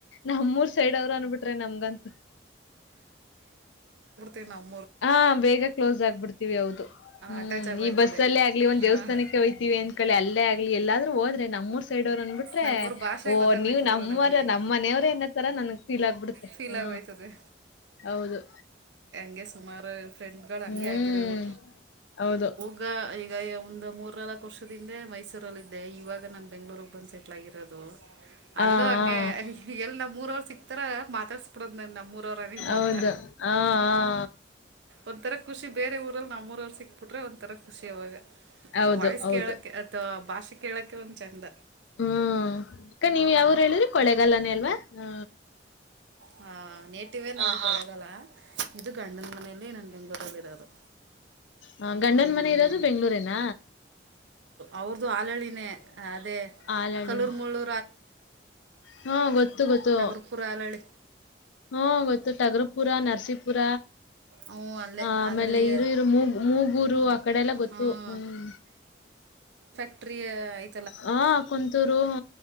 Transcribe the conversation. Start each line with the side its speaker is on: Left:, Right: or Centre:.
Left: ನಮ್ಮೂರ್ ಸೈಡ್ ಅವರು ಅಂದ್ಬಿಟ್ರೆ ನಮ್ಗಂತ
Right: ನ
Left: ಹಾ ಬೇಗ ಕ್ಲೋಸ್ ಆಗ್ಬಿಡ್ತೀವಿ ಹೌದು ಹ್ಮ್
Right: ಅಟ್ಯಾಚ್ ಆಗೋಯ್ತದೆ
Left: ಈ ಬಸ್ಸಲ್ಲೇ ಆಗ್ಲಿ ಒಂದ್
Right: ಹಾಂ
Left: ದೇವಸ್ಥಾನಕ್ಕೆ ಹೋಯ್ತಿವಿ ಅಂದಕಳಿ ಅಲ್ಲೇ ಆಗ್ಲಿ ಎಲಾದ್ರು ಹೋದ್ರೆ ನಮ್ಮೂರ್ ಸೈಡ್ ಅಂದ್ಬಿಟ್ರೆ
Right: ನಮ್ಮೂರು ಭಾಷೆ
Left: ಓ
Right: ಗೊತ್ತಾಗೋಯ್ತದಲ್ಲ
Left: ನೀವು್ ನಮ್ಮರ
Right: ನಮಗೆ
Left: ನಮ್ಮ್ ಮನೆಯವರ ಏನತ್ತರ ನನ್ಗ್ ಫೀಲ್ ಆಗ್ಬಿಡುತ್ತೆ
Right: ಫೀಲ್
Left: ಹ
Right: ಆಗೋಯ್ತದೆ
Left: ಹೌದು
Right: ಹಗೆ ಸುಮಾರು ಫ್ರೆಂಡ್ ಗಳು ಹಂಗೆ
Left: ಹ್ಮ್
Right: ಆಗಿರೋದು
Left: ಹೌದು
Right: ಹ ಈ ಈಗ ಒಂದು ಮೂರ್ ನಾಲ್ಕು ವರ್ಷದಿಂದೆ ಮೈಸೂರಲ್ಲಿದ್ದೆ ಇವಾಗ ನಾನು ಬೆಂಗಗಳೂರಿಗೆ ಬಂದು ಸೆಟ್ಲ್ ಆಗಿರೋದು
Left: ಹಾ
Right: ಅಲ್ಲೋ ಅಂಗೇ
Left: ಹಾ
Right: ಎಲ್ಲಿ ಮೂರವ್ರು ಸಿಕ್ತರ ಮಾತಾಡ್ ಅಡಂದ ನಮ್ಮೂರ ಅವರ ನೀವು
Left: ಹೌದು
Right: ಅಂಥ
Left: ಹಾ ಹಾ
Right: ಒಂ ತರ ಖುಷಿ ಬೇರೆ ಊರಲ್ಲಿ ನ್ ಮೂರವರ್ ಸಿಕ್ಬಿಟ್ರೆ ಒಂ ತರ ಖುಷಿ ಅವಾಗ
Left: ಹೌದು
Right: ವಾಯ್ಸ್
Left: ಹೌದು
Right: ಕೇಳಕ್ಕೆ ಅಥವಾ ಭಾಷ ಕಿಳಕ ಒಂದು ಚೆಂದ
Left: ಹ್ಮ್ ಅಕ್ಕ ನೀವ್ ಯಾವ್ರ ಹೇಳ್ರಿ ಕೊಳೆಗಲ್ಲಾನೇ ಅಲ್ವಾ ಹ
Right: ಹ ನೇಟಿವೇ ನಾ ಕೆಳಗಲ್ಲ ಇದು ಗಂಡನ ಮನೆಯಲ್ಲಿ ನನ್ ಬೆಂಗ್ಗಳೂರಲ್ಲಿ ಇರೋದು
Left: ಹ ಗಂಡನ್
Right: ಹ್ಮ್
Left: ಮನೆ ಇರೋದು ಬೆಂಗ್ಳೂರನ
Right: ಅವ್ರದುು ಆಲಳಿನೇ ಅದೇ
Left: ಆಲಳ್ಳಿ
Right: ಕಲ್ಲರ್ ಮುಳು
Left: ಹಾ ಗೊತ್ತು ಗೊತ್ತು
Right: ಟಗರ್ಪುರ ಆಲಳಿ
Left: ಹ್ಮ ಗೊತ್ತು ಟಗರಪುರ ನರಸೀಪುರ
Right: ಹ್ಞೂ ಅಲ್ಲೇ
Left: ಆ ಆಮೇಲೆ
Right: ಅಲ್ಲಳ್ಳಿ
Left: ಇರು ಇರು ಮೂ ಮೂಗೂರು ಆ ಕಡೆ ಎಲ್ಲ ಗೊತ್ತು
Right: ಹ್ಞೂ
Left: ಹ್ಮ್
Right: ಪ
Left: ಹ ಕನ್ ತ್ತುುರುೋ ಹ